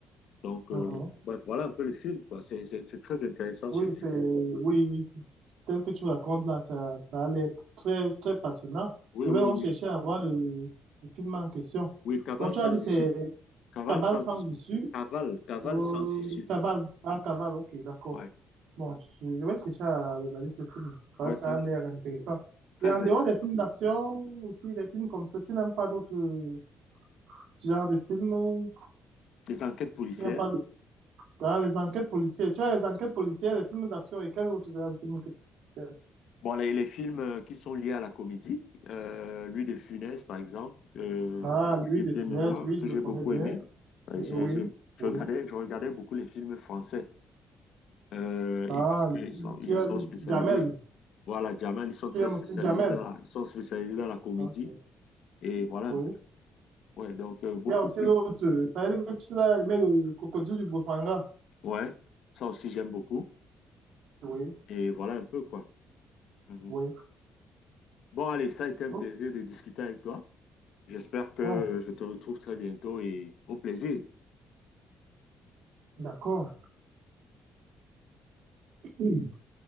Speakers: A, on the left; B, on the right.
A: Donc,
B: mhm.
A: euh, ouais, voilà un peu le film, quoi. C'est c'est- c'est très intéressant
B: Oui,
A: ce film.
B: c'est, oui, oui, c'est- c'est- tel que tu racontes là, ça, ça allait être très, très passionnant.
A: Oui,
B: Je
A: oui,
B: vais en
A: oui.
B: chercher à voir le, le film en question.
A: Oui, Cavale
B: Bon, tu
A: sans
B: as dit c'est
A: issue. Cavale
B: Cabal
A: sans
B: sans
A: issue.
B: issue.
A: Cavale, Cavale
B: Euh,
A: sans issue.
B: Cabal, ah, Cabal, ok, d'accord.
A: Ouais,
B: Bon, je, je vais chercher à regarder ce film. Ouais,
A: ouais,
B: ça
A: c'est un
B: a l'air
A: film
B: intéressant.
A: très
B: Et en dehors
A: intéressant.
B: des films d'action, aussi des films comme ça, tu n'aimes pas d'autres euh, genres de films? euh,
A: Des enquêtes policières.
B: Il n'y a pas de- dans les enquêtes policières. Tu as les enquêtes policières, les films d'action et quels autres genres de films que tu aimes
A: Bon, les, les films euh, qui sont liés à la comédie, euh, lui de Funès, par exemple, euh,
B: Ah, lui
A: était
B: des finesse,
A: Mémoire,
B: oui, je
A: que j'ai
B: le connais
A: beaucoup
B: bien.
A: aimé. Euh,
B: Oui,
A: j'ai- j'ai- je
B: oui.
A: regardais, je regardais beaucoup les films français. Euh,
B: Ah,
A: et parce qu'ils sont, ils
B: tu
A: y
B: as
A: sont
B: lui,
A: spécialisés.
B: Jamel.
A: Voilà, Jamel, ils sont
B: Tu
A: très
B: aimes
A: spécialisés
B: aussi Jamel.
A: dans la, ils sont spécialisés dans la comédie.
B: Ok,
A: Et voilà
B: Oui.
A: un peu. Ouais, donc euh, beaucoup
B: Il y a aussi
A: plus.
B: l'autre. Ça veut dire que tu as aimé le crocodile du Bosmanga.
A: Ouais, ça aussi j'aime beaucoup.
B: Oui.
A: Et voilà un peu quoi. Mhm.
B: Oui.
A: Bon, allez, ça a été un
B: Oh,
A: plaisir de discuter avec toi. J'espère que
B: bon,
A: euh, je te retrouve très bientôt et au plaisir.
B: d'accord. <clears throat>